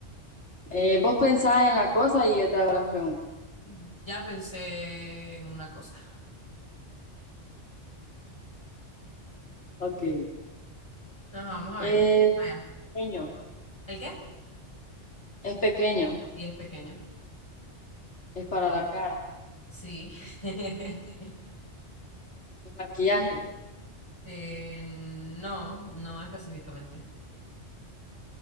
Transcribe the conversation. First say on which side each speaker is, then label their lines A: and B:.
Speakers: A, on the left; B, on the left.
A: Eh, vos pensás en la cosa y yo te hago las preguntas.
B: Mm. Ya pensé en una cosa.
A: Ok.
B: Ajá, vamos a
A: Es
B: ver. Vaya.
A: pequeño,
B: ¿El qué?
A: es pequeño,
B: Diez pequeño.
A: es para la cara,
B: Sí. <laughs>
A: es maquillaje,
B: Eh, no, no específicamente.